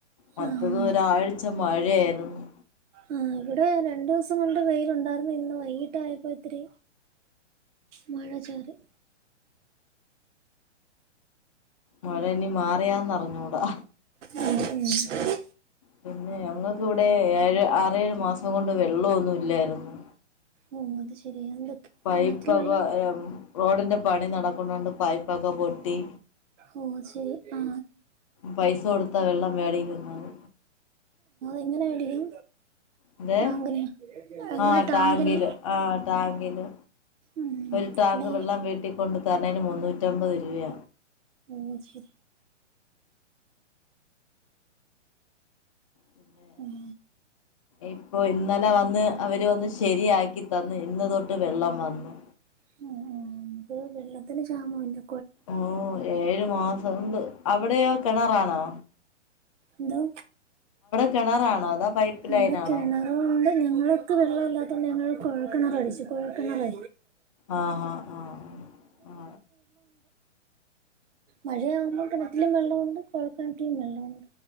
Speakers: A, on the left; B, on the right.
A: മറ്റത്
B: ആ ആ
A: ഒരാഴ്ച മഴയായിരുന്നു.
B: ആഹ ഇവിടെ രണ്ടൂസം കൊണ്ട് വെയിലുണ്ടായിരുന്നു ഇന്ന് വൈകിട്ടായപ്പഇത്തിരി മഴചാറി.
A: മഴഞ്ഞ് മാറിയാന്നറിഞ്ഞൂടാ.
B: ഉം, ഉം.
A: പിന്നെ ഞങ്ങൾക്ക് വിടെ ഏഴ് ആറേഴ് മാസം കൊണ്ട് വെള്ളൊന്നുല്ലായിരുന്നു.
B: ഓ അത് ശരിയാ എന്ത്
A: പൈപ്പൊക്കെ
B: കിണറ്റിൽ വെള്ളം
A: റോഡിന്റെ പണി നടക്കുന്നൊണ്ട് പൈപ്പൊക്കെ പൊട്ടി
B: ഓ ശരി.. ആ
A: പൈസ കൊടുത്താ വെള്ളം മേടിക്കുന്നത്.
B: എങ്ങനെ മേടിക്കും
A: എന്തേ
B: ടാങ്കിനെയാ അങ്ങനെ
A: ആ
B: ടാങ്കിനെ
A: ടാങ്കില് ആ ടാങ്കില്
B: ഉം,
A: ഒരു ടാങ്ക്
B: അല്ല
A: വെള്ളം വീട്ടിക്കൊണ്ട് തരണെന് മുന്നൂറ്റമ്പത് രൂ ഇല്ല്യ
B: മ ശ്
A: പിന്നെ
B: ഉം
A: ഇപ്പൊ ഇന്നലെ വന്ന് അവര് വന്ന് ശരിയാക്കി തന്ന് ഇന്ന് തൊട്ട് വെള്ളം വന്നു
B: ഉം ഉം അതെ ക്ഷാമൊണ്ടോ
A: ഓ ഏഴു മാസംണ്ട് അവിടെയോ കെണറാണോ
B: എന്തോ
A: കിണറാണോ അതോ പൈപ്പ്
B: ഇവിടെ
A: ലൈനാണോ
B: കെണറുണ്ട് ഞങ്ങളക്കെ വെള്ളം ഇല്ലാത്ത കൊണ്ട് ഞങ്ങള് കൊഴൽ കേണറ് അടിച്ച് കൊഴൽ കെണറ്
A: ആ ആ ആ ആ
B: മഴയാകുമ്പം കെണറ്റിലും വെള്ളം ഒണ്ട് കൊഴൽക്കിണറ്റി ലും വെള്ളം ഒണ്ട്